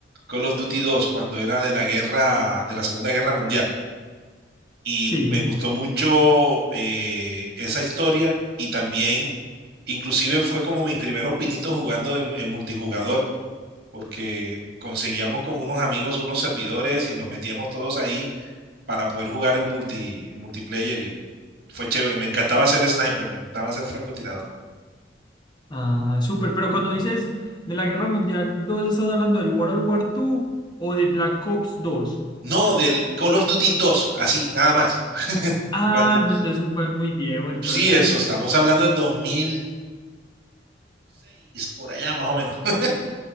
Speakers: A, on the right; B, on the left.
A: Call of Duty dos cuando era de la guerra, de la Segunda Guerra Mundial. Y
B: Sí.
A: me gustó mucho eh, esa historia y también, inclusive fue como mis primeros pinitos jugando en, en multijugador, porque conseguíamos con unos amigos unos servidores y nos metíamos todos ahí para poder jugar en, multi, en multiplayer y fue chévere. Me encantaba ser sniper, me encantaba ser francotirador.
B: Ah, súper. Pero cuando dices de la Guerra Mundial 2, ¿estás hablando del World War II o de Black Ops 2?
A: No, del Call of Duty 2, así, nada más. <laughs>
B: Ah,
A: Cuando,
B: no, entonces fue muy viejo, entonces.
A: sí, eso,
B: <laughs>
A: estamos hablando de 2006, por allá más o menos. <laughs>